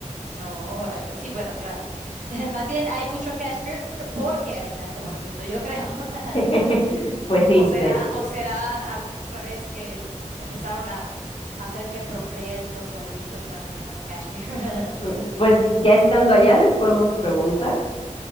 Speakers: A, on the right (about 80°); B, on the left (about 45°).
A: Órale, sí, bueno, claro. <laughs> Más bien hay mucho cashmere porque hay tanto borreguito, yo creo. <laughs>
B: <laughs> Pues sí,
A: O
B: de-
A: será, o será al revés que empezaron a hacer que procreen los borreguitos para tener más cashmere. <laughs>
B: eh, pues ya estando allá les podemos preguntar.